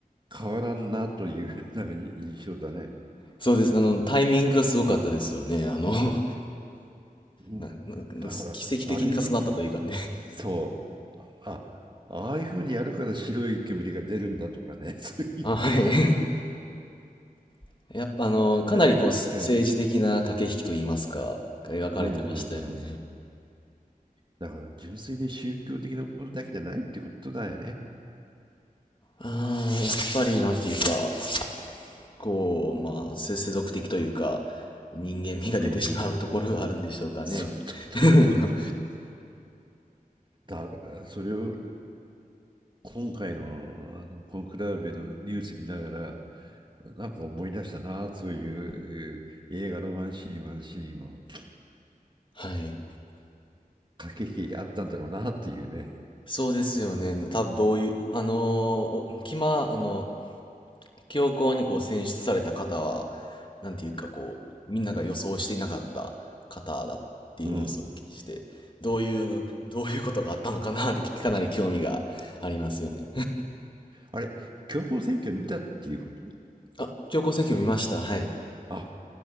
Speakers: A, on the right (about 30°); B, on the left (about 35°).
A: 変わらんなという <laughs> なんか印象だね。
B: そうです。あの、タイミングがすごかったですよね。あの、
A: うん
B: な <laughs> なな奇跡的に重なったというかね。
A: だから、あれ見て、そう、あ、ああいうふうにやるから白い煙が出るんだとかね、<laughs> そういうのが、
B: <laughs> あ、はい。<laughs> やっぱあの、かなりこう、
A: あれ、
B: 政治的な駆け引きといいますか、
A: ええ、
B: が描かれてましたよね。
A: うんうんうん。だから純粋に宗教的なものだけじゃないってことだよね。
B: ああ、やっぱりなんていうか、こう、まあ、せ世俗的というか、人間味が出てしまうところがあるんでしょうかね。
A: うんうん。そうそうそうそう。
B: <laughs> あの
A: だから、それを今回の、あのコンクラーベのニュース見ながら、なんか思い出したな、そういう映画のワンシーン、ワンシーンを
B: はい。
A: 駆け引きあったんだろうなっていうね。
B: そうですよね。多分どういう、あの、おキマ、あの、教皇にこう選出された方は、なんていうかこう、みんなが予想していなかった方だっていうニュースをお聞きして、
A: うん。
B: どういう、どういうことがあったのかなってかなり興味がありますよね。
A: あれ、強行選挙見たっていうこと
B: <laughs> あ、教皇選挙見ました。はい。
A: あ、